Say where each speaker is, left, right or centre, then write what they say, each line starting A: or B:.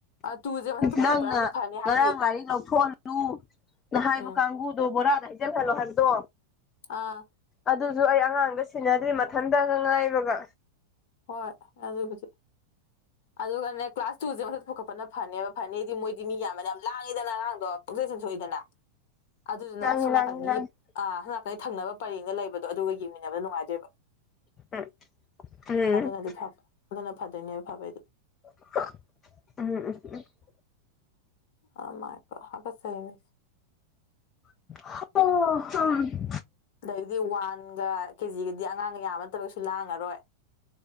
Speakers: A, on the left; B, on the left.
A: ꯑꯥ ꯇꯨꯁꯦ ꯃꯊꯛꯇ ꯄꯨꯈꯠꯄꯅꯗꯤ
B: ꯅꯪꯅ
A: ꯐꯅꯤ
B: ꯉꯔꯥꯡ
A: ꯍꯥꯏꯗꯤ
B: ꯂꯥꯏꯔꯤꯛ ꯂꯧꯊꯣꯛꯍꯜꯂꯨ ꯅ ꯍꯥꯏꯕ
A: ꯎꯝ
B: ꯀꯥꯡꯕꯨ ꯗꯣ ꯕꯣꯔꯥꯗ ꯍꯩꯖꯜ ꯍꯜꯂꯣ ꯍꯥꯏꯕꯗꯣ
A: ꯑꯥ
B: ꯑꯗꯨꯁꯨ ꯑꯩ ꯑꯉꯥꯡꯗ ꯁꯤꯟꯅꯗ꯭ꯔꯤ ꯃꯊꯟꯇꯒ ꯉꯥꯏꯕꯒ
A: ꯍꯣꯏ ꯑꯗꯨꯕꯨꯗꯤ ꯑꯗꯨꯒꯅꯦ ꯀ꯭ꯂꯥꯁ ꯇꯨꯁꯦ ꯃꯊꯛꯇ ꯄꯨꯈꯠꯄꯅ ꯐꯅꯦꯕ ꯐꯅꯤꯗꯤ ꯃꯣꯏꯗꯤ ꯃꯤ ꯌꯥꯝꯕꯅ ꯌꯥꯝ ꯂꯥꯡꯉꯤꯗꯅ ꯑꯉꯥꯡꯗꯣ ꯄꯪꯁ‌ꯣꯏꯁꯨ ꯁꯣꯏꯗꯅ ꯑꯗꯨꯗꯨꯅ
B: ꯂꯥꯡꯉꯤ
A: ꯁꯣꯝꯅꯥꯀꯟꯒꯤ
B: ꯂꯥꯡꯉꯤ ꯂꯥꯡꯉꯤ
A: ꯑꯥ ꯍ‌ꯝ ꯅꯀꯟꯒꯤ ꯊꯪꯅꯕ ꯄꯔꯦꯡꯗ ꯂꯩꯕꯗꯣ ꯑꯗꯨꯒ ꯌꯦꯡꯃꯤꯟꯅꯕ ꯅꯨꯡꯉꯥꯏꯗꯣꯏꯕ
B: <unintelligible> ꯎꯝ
A: ꯑꯗꯨꯅꯗꯤ ꯐꯕ ꯑꯗꯨꯅ ꯐꯗꯣꯏꯅꯦꯕ ꯐꯕꯩꯗꯤ
B: <unintelligible>
A: ꯑ‌ꯥ ꯃꯥꯥꯏꯀꯥ ꯍꯥꯀꯠ ꯆꯩꯌ‌ꯦ ꯃꯤꯠꯁ‌ꯦ
B: <unintelligible>
A: ꯑꯗꯒꯤꯗꯤ ꯋꯥꯟꯒ ꯀꯦꯖꯤꯒꯗꯤ ꯑꯉꯥꯡꯒ ꯌꯥꯝꯕ ꯅꯠꯇꯕꯒꯁꯨ ꯂꯥꯡꯉꯔꯣꯏ